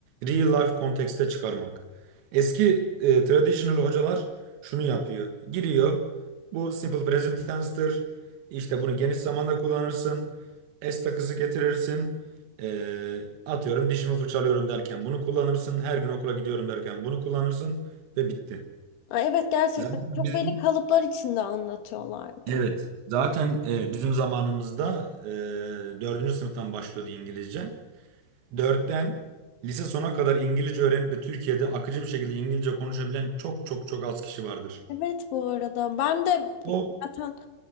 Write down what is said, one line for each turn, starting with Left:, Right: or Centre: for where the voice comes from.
Right: real life kontekste çıkarmak. Eski e, traditional hocalar şunu yapıyor. Giriyor. Bu simple present tense'tir. İşte bunu geniş zamanda kullanırsın. S takısı getirirsin. E, atıyorum dişimi fırçalıyorum derken bunu kullanırsın. Her gün okula gidiyorum derken bunu kullanırsın ve bitti.
Left: Ay, Evet gerçekten
Right: Zaten
Left: çok
Right: biz
Left: belli kalıplar içinde anlatıyorlardı.
Right: Evet. Zaten e, bizim zamanımızda e, dördüncü sınıftan başlıyordu İngilizce. Dörtten lise sona kadar İngilizce öğrenip de Türkiye'de akıcı bir şekilde İngilizce konuşabilen çok çok çok az kişi vardır.
Left: Evet bu arada ben de
Right: O
Left: bi- zaten